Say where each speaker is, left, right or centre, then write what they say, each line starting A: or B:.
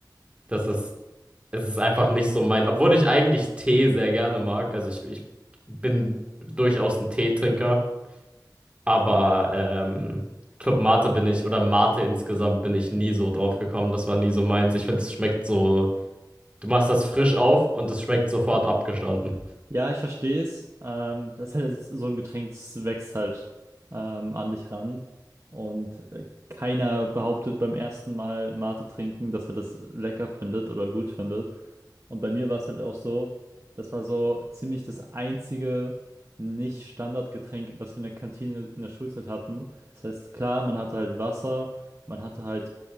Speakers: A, on the right (about 15°); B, on the right (about 40°).
A: Das ist Es ist einfach nicht so mein, obwohl ich eigentlich Tee sehr gerne mag. Also ich, ich bin durchaus ein Teetrinker, aber ähm, Club Mate bin ich oder Mate insgesamt bin ich nie so drauf gekommen. Das war nie so meins. Ich finde, es schmeckt so, du machst das frisch auf und es schmeckt sofort abgestanden.
B: Ja, ich verstehe es. Ähm, das ist halt so ein Getränk, das wächst halt ähm, an dich ran. Und äh, keiner behauptet beim ersten Mal Mate trinken, dass er das lecker findet oder gut findet. Und bei mir war es halt auch so, das war so ziemlich das einzige Nicht-Standardgetränk, was wir in der Kantine in der Schulzeit hatten. Das heißt, klar, man hatte halt Wasser, man hatte halt